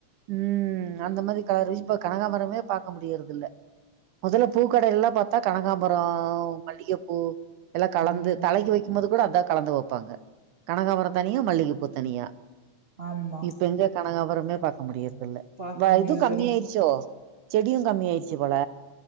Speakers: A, on the right; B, on the right.
A: ம் அந்த மாதிரி கலருல இப்ப கனகாம்பரமே பாக்க முடியறது இல்ல மொதல்ல பூக்கடை எல்லா பாத்தா கனகாம்பரம் மல்லிகைப்பூ எல்லா கலந்து
B: ம்
A: தலைக்கு வைக்கும் போது கூட அதா கலந்து வைப்பாங்க கனகாம்பரம் தனியா மல்லிகைப்பூ தனியா
B: ஆமா
A: இப்ப எங்க கனகாம் பரமே பாக் க. முடியாத் இப்ப
B: பாக்க முடியறதுல
A: இது கம்மிய ஆயிருச்சோ செடியு கம்மி ஆயிடுச்சு போல